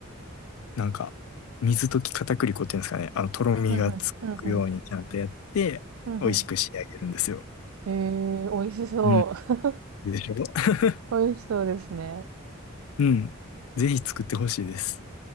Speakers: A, on the left; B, on the right.
A: なんか、水溶き片栗粉っていうんですかね。あの、とろみがつくようにちゃんとやって、
B: うんうんうんうんう
A: 美味しく仕上げるんですよ。
B: んえー、美味しそう。
A: うん。でしょ <laughs>
B: <laughs> 美味しそうですね。
A: うん。ぜひ作ってほしいです。